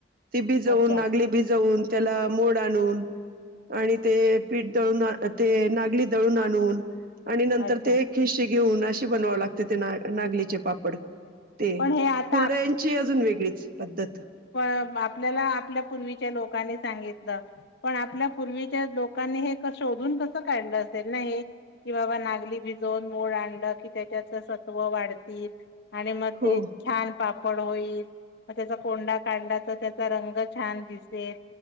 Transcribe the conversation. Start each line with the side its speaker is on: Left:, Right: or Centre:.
Right: ती भिजवून
Left: अच्छा.
Right: नागली भिजवून त्याला मोड आणून आणि ते पीठ दळून ते नागली दळून आणून आणि नंतर
Left: अच्छा
Right: ते खिशी घेऊन अशी बनवाव लागते ते ना नागलीचे पापड ते
Left: पण हे आता
Right: कुर्ड्यांची अजून वेगळीच पद्धत.
Left: प आपल्याला आपल्या पूर्वीच्या लोकांनी सांगितलं. पण आपल्या पूर्वीच्या लोकांनी हे शोधून कसं काढलं असेल ना हे. कि बाबा नागली भिजून मोड आणलं कि त्याच्याच सत्व वाढतील आणि मग
Right: हो
Left: ते छान पापड होईल मग त्याचा कोंडा काढला त्याचा रंग छान दिसेल.